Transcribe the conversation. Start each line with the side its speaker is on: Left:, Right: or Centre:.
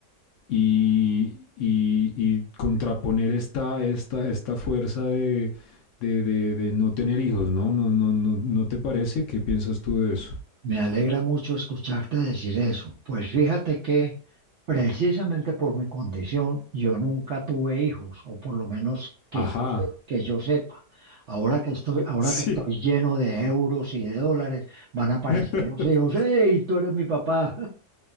Left: y, y- y contraponer esta, esta, esta fuerza de, de- de- de no tener hijos, ¿no? ¿no? No, no, ¿No te parece? ¿Qué piensas tú de eso?
Right: Me alegra mucho escucharte decir eso. Pues fíjate que precisamente por mi condición yo nunca tuve hijos, o por lo menos que
Left: Ajá.
Right: yo, se- que yo sepa. Ahora que estoy, ahora
Left: Sí.
Right: que estoy lleno de euros y de dólares, van a aparecer
Left: <laughs>
Right: los hijos. ¡Hey, tú eres mi papá!